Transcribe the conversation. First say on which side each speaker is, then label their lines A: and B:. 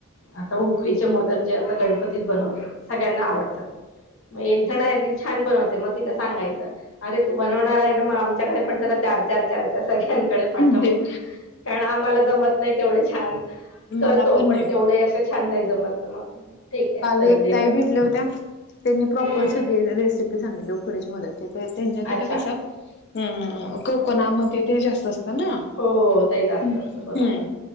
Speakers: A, on the left (about 80°); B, on the left (about 55°).
A: आता उकडीचे मोदक जे आता गणपतीत बनवतात. सगळ्यांना आवडतात मग एक जण अदी छान बनवते मग तिला सांगायचं. अरे तू बनवणार आहे ना मग आमच्याकडे पण जरा चार चार चार चार. सळ्यांकडे
B: हम्म
A: पाठव
B: दे.
A: कारण आम्हाला जमत नाही तेवढ छान.
B: मला
A: पण
B: नाही
A: तेवढे असं छान नाही जमत मग. ठीक आहे
B: काल
A: चल
B: एक
A: दे
B: ताई
A: बाबा
B: भेटल्या होत्या त्यांनी प्रॉपर
A: हम्म
B: सगळी रेसिपी सांगितली उकडची मोदकची. त्यांच्या तिथं
A: अच्छा
B: कसं अ कोकणामध्ये ते जास्त असतं ना.
A: हो ते जास्त
B: हम्
A: असतं बरोबर
B: हम्म